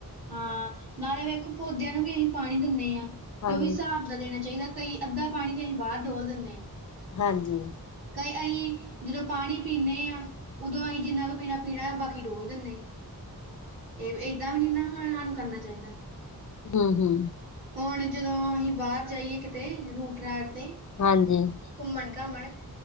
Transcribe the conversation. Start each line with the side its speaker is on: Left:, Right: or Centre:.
Right: ਹਾਂ ਨਾਲੇ ਵੇਖੋ ਪੌਦਿਆਂ ਨੂੰ ਵੀ ਅਸੀਂ ਪਾਣੀ ਦਿੰਦੇ ਆਂ
Left: ਹਾਂਜੀ।
Right: ਤੇ ਉਹ ਵੀ ਸਾਬ ਦਾ ਦੇਣਾ ਚਾਹੀਦਾ। ਕਈ ਅੱਧਾ ਪਾਣੀ ਤੇ ਅਸੀਂ ਬਾਹਰ ਡੋਲ ਦਿੰਨੇ ਆਂ।
Left: ਹਾਂਜੀ।
Right: ਕਈ ਆਂਈ ਜਦੋਂ ਪਾਣੀ ਪੀਂਨੇ ਆਂ ਉਦੋਂ ਆਂਈ ਜਿੰਨਾ ਕੁ ਪੀਣਾ- ਪੀਣਾ ਬਾਕੀ ਡੋਲ੍ਹ ਦਿੰਨੇ ਆ। ਹਾਂ -ਹਾਂ ਇਹ ਏਦਾਂ ਵੀ ਏਨਾ ਨੂੰ ਹੈਰਾਨ ਕਰਨਾ ਚਾਹੀਦਾ।
Left: ਹੂੰ - ਹੂੰ।
Right: ਹੁਣ ਜਦੋਂ ਅਸੀਂ ਬਾਹਰ ਜਾਈਏ ਕਿਤੇ ਰੂਟ- ਰਾਟ ਤੇ
Left: ਹਾਂਜੀ।
Right: ਘੁੰਮਣ -ਘਾਮਣ